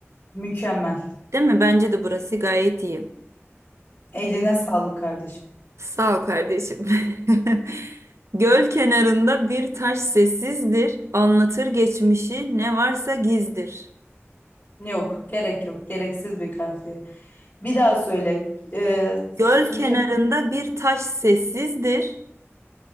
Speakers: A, on the left (about 40°); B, on the right (about 75°).
A: Mükemmel.
B: Değil mi? Bence de burası gayet iyi.
A: Eline sağlık kardeşim.
B: Sağ ol kardeşim. <laughs> Göl kenarında bir taş sessizdir, anlatır geçmişi ne varsa gizdir.
A: Yok, gerek yok. Gereksiz bir kafiye. Bir daha söyle. Eee su
B: Göl kenarında bir taş sessizdir,